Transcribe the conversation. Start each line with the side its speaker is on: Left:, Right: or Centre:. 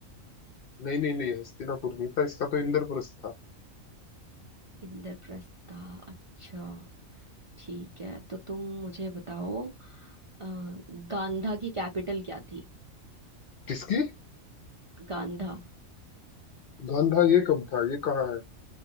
Left: नहीं नहीं नहीं हस्तिनापुर नहीं था इसका तो इंद्रप्रस्थ था
Right: इंद्रप्रस्थ था अच्छा ठीक है तो तुम मुझे बताओ अ, गांधा की कैपिटल क्या थी
Left: किसकी
Right: गांधा
Left: गांधा ये कब था ये कहाँ है